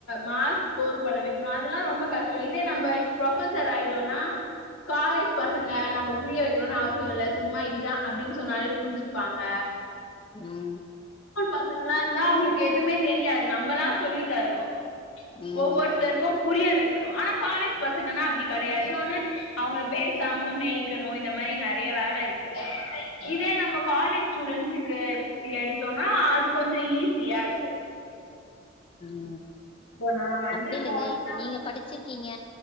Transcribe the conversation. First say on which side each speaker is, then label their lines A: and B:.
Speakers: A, on the left; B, on the left.
A: மார்க்ஸ் ஸ்கோர் பண்ண வெக்கனு அதெல்லா ரொம்ப கஷ்டோ இதே நம்ப ப்ரொஃபசர் ஆயிட்டோன்னா காலேஜ் பசங்க நம்ம புரிய வெக்கனுனு அவசியோ இல்ல சும்மா இது தா அப்டின் சொன்னாலே புரிஞ்சிப்பாங்க
B: ம்
A: பசங்களா இருந்தா அவுங்ளுக்கு எதுமே தெரியாது நம்பல்லா சொல்லி தரனு
B: ம்
A: ஒவ்வொருத்தருக்கு புரிய வெக்கனு ஆனா காலேஜ் பசங்கன்னா அப்டி கெடையாது இன்னோன்னு அவுங்கள பேசாம மேய் க்கனு இந்த மாரி நெறைய வேல இருக்கு இதே நம்ம காலேஜ் ஸ்டூடன்ட்ஸுக்கு எடுத்தோ னா அது கொஞ்சோ ஈஸியா இருக்கு
B: ம்
A: இப்போ நா வந்து
B: அப்டி இல்லைங்க
A: மோஸ்ட்டா
B: இப்ப நீங்க படிச்சிர் க்கீங்க